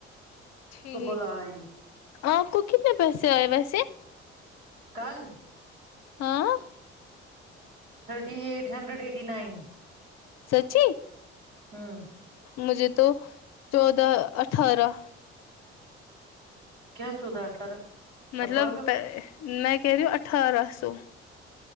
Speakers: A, on the left; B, on the right.
A: ٹھیک
B: کو بولا آئے
A: آپ کو کتنے پیسے آئے ویسے
B: کل
A: ہاں
B: thirty eight hundred eighty nine
A: سچی
B: ہاں
A: مجھے تو چودودہ اٹھارہ
B: کیا چودہ اٹھارہ
A: مطلب
B: آپ پاگل ہو
A: میں کہری اٹھارہ سو